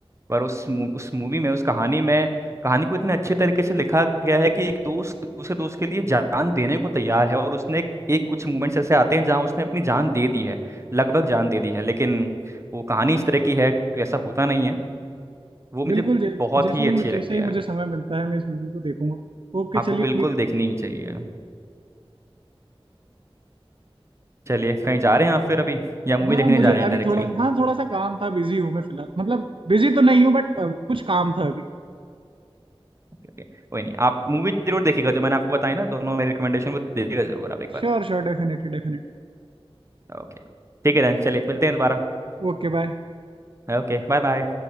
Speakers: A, on the right; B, on the right.
A: पर उस मू- उस मूवी में उस कहानी में कहानी को इतने अच्छे तरीके से लिखा गया है कि एक दोस्त दूसरे दोस्त के लिए जान देने को तैयार है और उसने एक, एक कुछ मोमेंट्स ऐसे आते हैं जहां उसने अपनी जान दे दी है लगभग जान दे दी है लेकिन वो कहानी इस तरह की है कि ऐसा होता नहीं है वो मुझे
B: बिल्कुल जै,
A: बहुत
B: जैसे
A: ही
B: ही
A: अच्छी
B: मुझे
A: लगती
B: जैसे ही
A: है
B: मुझे समय मिलता है मैं इस मूवी को देखूंगा ओके
A: आपको
B: चलिए
A: बिल्कुल
B: ठीक
A: देखनी ही चाहिए चलिए कहीं जा रहे हैं आप फिर अभी या मूवी
B: हाँ
A: देखने
B: मुझे
A: जा रहे हैं
B: अभी
A: डायरेक्टली
B: थोड़ा हाँ थोड़ा सा काम था बिजी हूँ मैं फिलहाल मतलब बिजी तो नहीं हूँ बट कुछ काम था अभी
A: ओके, कोई नहीं आप मूवी जरूर देखिएगा जो मैंने आपको बताई ना दोनों मेरी रिकमेंडेशन वो देखिएगा जरूर आप एक बार
B: Sure sure definitely definitely
A: ओके ठीक है देन चलिए मिलते हैं दोबारा
B: Okay bye
A: Okay bye bye